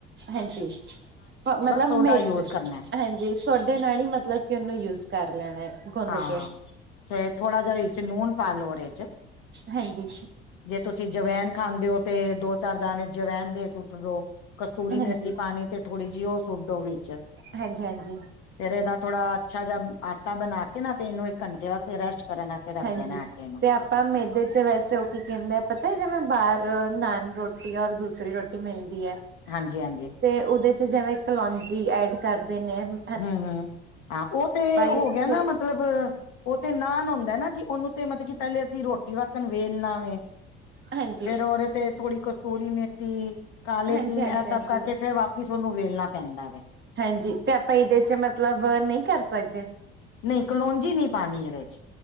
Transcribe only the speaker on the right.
ਹਾਂਜੀ ਮਤਲਬ
ਮੇਦ
ਹਾਂਜੀ ਸੋਡੇ ਨਾਲ ਹੀ ਮਤਲਬ ਕਿ ਉਹਨੂੰ ਯੂਜ ਕਰ ਲੈਣਾ ਏ ਗੁੰਦ
ਕੇ
ਹਾਂਜੀ
ਹਾਂਜੀ,
ਹਾਂਜੀ,
ਹਾਂਜੀ
ਤੇ ਆਪਾਂ ਮੇਦੇ ਚ ਵੈਸੇ ਉਹ ਕੀ ਕਹਿੰਦੇ ਪਤਾ ਹੈ ਜਿਵੇਂ ਬਾਹਰ ਨਾਨ ਰੋਟੀ ਔਰ ਦੂਸਰੀ ਰੋਟੀ ਮਿਲਦੀ ਏ।
ਤੇ ਉਹਦੇ ਚ 'ਜਿਵੇਂ ਕਲੋਂਜੀ ਐਡ ਕਰ ਦੇਨੇ ਆ ਜੀ।
ਇੱਥੇ
ਹਾਂਜੀ,
ਹਾਂਜੀ,
ਹਾਂਜੀ,
ਹਾਂਜੀ।
ਹਾਂਜੀ ਤੇ ਆਪਾਂ ਇਹਦੇ ਚ ਮਤਲਬ ਨਹੀਂ ਕਰ ਸਕਦੇ।